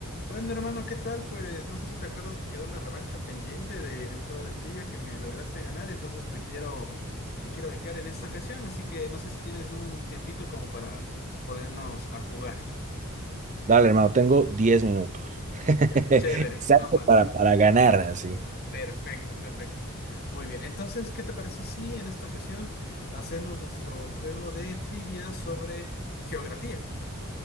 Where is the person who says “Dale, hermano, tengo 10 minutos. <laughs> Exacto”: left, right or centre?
Right